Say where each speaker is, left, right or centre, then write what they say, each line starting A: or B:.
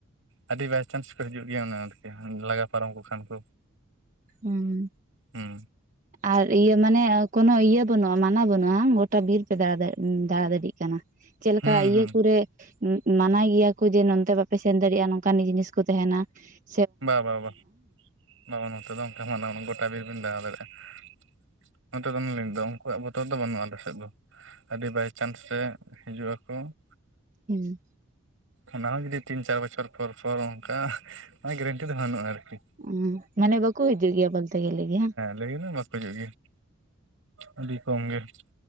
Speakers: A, on the right; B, on the right.
A: ᱟᱹᱰᱤ ᱵᱟᱭᱪᱟᱱᱥ ᱠᱚ ᱦᱤᱡᱩᱜ ᱜᱮᱭᱟ ᱠᱚ ᱞᱟᱜᱟ ᱯᱟᱨᱚᱢ ᱠᱚ ᱠᱷᱟᱱ ᱠᱚ
B: ᱦᱩᱸ ᱾
A: ᱦᱩᱸ
B: ᱟᱨ ᱤᱭᱟᱹ ᱢᱟᱱᱮ ᱠᱚᱱᱳ ᱤᱭᱟᱹ ᱵᱟᱹᱱᱩᱜ-ᱟ ᱢᱟᱱᱟ ᱵᱟᱹᱱᱩᱜ-ᱟ ᱵᱟᱝ ᱜᱚᱴᱟ ᱵᱤᱨ ᱯᱮ ᱫᱟ ᱫᱟᱬᱟ ᱫᱟᱲᱮᱭᱟᱜ ᱠᱟᱱᱟ ᱾ ᱪᱮᱫ ᱞᱮᱠᱟ
A: ᱦᱩᱸ
B: ᱤᱭᱟᱹ
A: ᱦᱩᱸ
B: ᱠᱚᱨᱮ ᱢᱟᱱᱟᱣ ᱜᱮᱭᱟ ᱠᱚ ᱡᱮ ᱱᱚᱱᱛᱮ ᱵᱟᱯᱮ ᱥᱮᱱ ᱫᱟᱲᱮᱭᱟᱜ-ᱟ ᱱᱚᱝᱠᱟ ᱚᱱᱠᱟᱱ ᱡᱤᱱᱤᱥ ᱠᱚ ᱛᱟᱦᱮᱱᱟ ᱾
A: ᱵᱟ ᱵᱟ ᱵᱟ ᱵᱟ ᱵᱟ ᱱᱚᱛᱮ ᱫᱚ ᱚᱱᱠᱟ ᱢᱟᱱᱟ ᱜᱚᱴᱟ ᱵᱤᱨ ᱵᱤᱱ ᱫᱟᱬᱟ ᱫᱟᱲᱮᱭᱟᱜ-ᱟ ᱾ ᱱᱚᱛᱮ ᱫᱚ ᱞᱤᱧ ᱞᱟᱹᱫᱟ ᱩᱱᱠᱩᱣᱟᱜ ᱵᱚᱛᱚᱨ ᱫᱚ ᱵᱟᱹᱱᱩᱜ-ᱟ ᱟᱞᱮ ᱥᱮᱫ ᱫᱚ ᱟᱹᱰᱤ ᱵᱟᱭᱪᱟᱱᱥ ᱨᱮ ᱦᱤᱡᱩᱜ ᱟᱠᱚ ᱾
B: ᱦᱩᱸ ᱾
A: ᱚᱱᱟ ᱦᱚᱸ ᱡᱩᱫᱤ ᱛᱤᱱ ᱪᱟᱨ ᱵᱚᱪᱷᱚᱨ ᱯᱚᱨ ᱯᱚᱨ ᱚᱱᱠᱟ ᱜᱮᱨᱮᱱᱴᱤ ᱫᱚ ᱵᱟᱹᱱᱩᱜ-ᱟ ᱟᱨᱠᱤ ᱾
B: ᱦᱩᱸ ᱢᱟᱱᱮ ᱵᱟᱠᱚ ᱦᱤᱡᱩᱜ ᱜᱮᱭᱟ ᱵᱚᱞᱛᱮ ᱜᱮᱞᱮ ᱦᱮᱸ ᱾
A: ᱞᱟᱹᱭ ᱜᱟᱱᱚᱜ-ᱟ ᱵᱟᱠᱚ ᱦᱤᱡᱩᱜ ᱜᱮ ᱟᱹᱰᱤ ᱠᱚᱢ ᱜᱮ ᱾